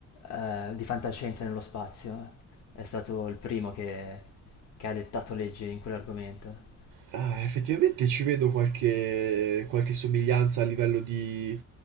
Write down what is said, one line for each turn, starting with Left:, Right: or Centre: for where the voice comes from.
Left: eh, di fantascienza nello spazio. È stato il primo che, che ha dettato leggi in quell'argomento.
Right: Ah, effettivamente ci vedo qualche, qualche somiglianza a livello di